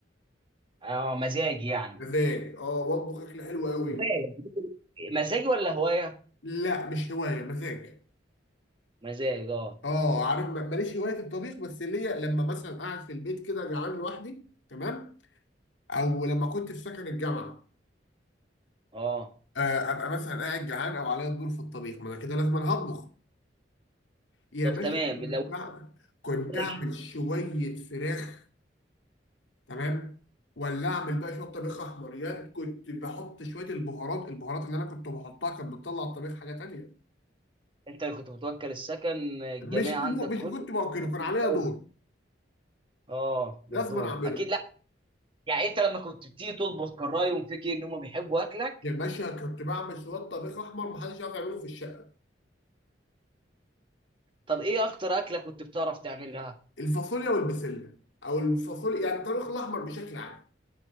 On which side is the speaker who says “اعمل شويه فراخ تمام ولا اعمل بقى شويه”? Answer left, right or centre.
Left